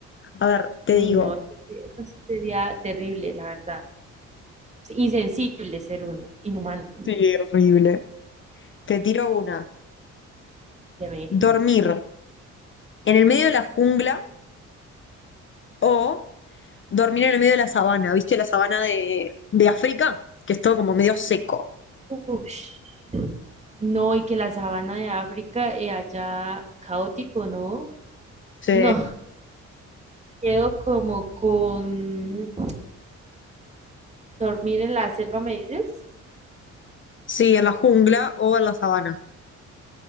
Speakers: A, on the left; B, on the right.
A: A ver, te
B: uy
A: digo.
B: no, eso sí- eso sí sería terrible, la verdad. Es Insensible ser uno, inhumano.
A: Sí, horrible. Te tiro una.
B: Teme.
A: Dormir en el medio de la jungla o dormir en el medio de la sabana. ¿Viste la sabana de, de África? Que es todo como medio seco.
B: Ush. No, y que la sabana de África eh, allá caótico, ¿no?
A: Sí.
B: No, Quedo como con dormir en la selva, ¿me dices?
A: Sí, en la jungla o en la sabana.